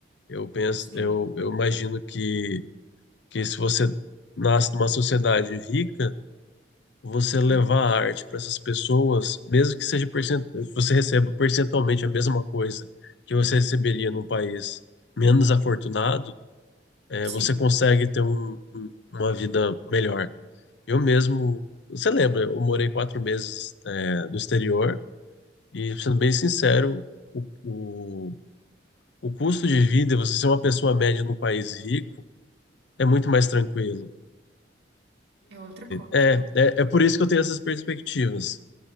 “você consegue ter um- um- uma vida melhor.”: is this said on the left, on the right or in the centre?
Left